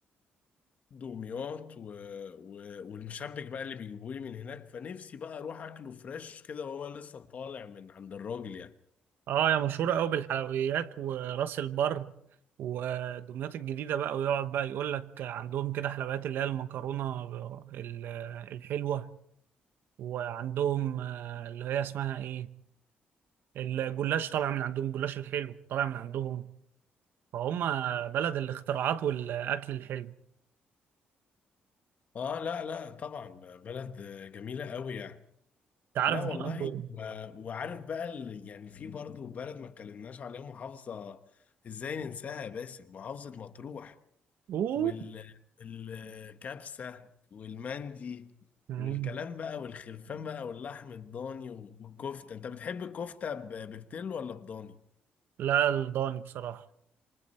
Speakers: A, on the left (about 45°); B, on the right (about 70°).
A: دمياط و... و... والمشبك بقى اللي بيجيبوه لي من هناك فنفسي بقى أروح أكله فريش كده وهو لسه طالع من عند الراجل يعني
B: اه يا مشهوره قوي بالحلويات وراس البر ودمياط الجديده بقى ويقعد بقى يقول لك عندهم كده حلويات اللي هي المكرونه ال- الحلوه وعندهم آه، اللي هي اسمها ايه الجلاش طالع من عندهم الجلاش الحلو طالع من عندهم فهم بلد الاختراعات والاكل الحلو
A: آه لا لا طبعا بلد جميلة قوي يعني
B: انت عارف
A: لا والله
B: برضه
A: ما- وعارف بقى ال- يعني في برضه بلد ما اتكلمناش عليها محافظة ازاي ننساها يا باسم محافظة مطروح
B: اوه
A: والكبسة والمندي
B: مم.
A: والكلام بقى والخرفان بقى واللحم الضاني والكفتة انت بتحب الكفتة ب- بفتلو ولا بضاني؟
B: لا الضاني بصراحه